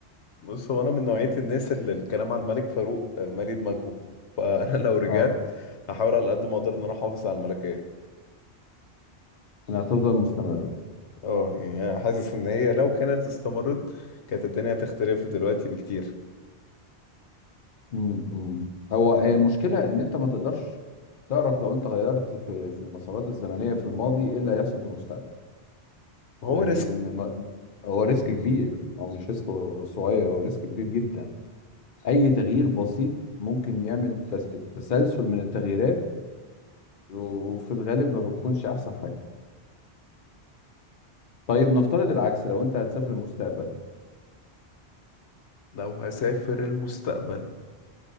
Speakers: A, on the left (about 85°); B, on the left (about 50°).
A: بص هو انا من نوعية الناس اللي الكلام عن الملك فاروق آه، مالي دماغهم فانا <laughs> لو رجعت
B: اه
A: هحاول على قد ما اقدر ان انا احافظ على الملكية
B: انها تفضل مستمرة
A: اه يعني انا حاسس ان هي لو كانت استمرت كانت الدنيا هتختلف دلوقتي بكتير
B: امم هو هي المشكلة ان انت ما تقدرش تعرف لو انت غيرت في في المسارات الزمنية في الماضي ايه اللي هيحصل في المستقبل
A: ما
B: لكن
A: هو ريسك
B: ما... هو ريسك كبير هو مش ريسك صغير هو ريسك كبير جدا اي تغيير بسيط ممكن يعمل تس- تسلسل من التغييرات وفي الغالب ما بتكونش احسن حاجه طيب نفترض العكس لو انت هتسافر المستقبل
A: لو هسافر المستقبل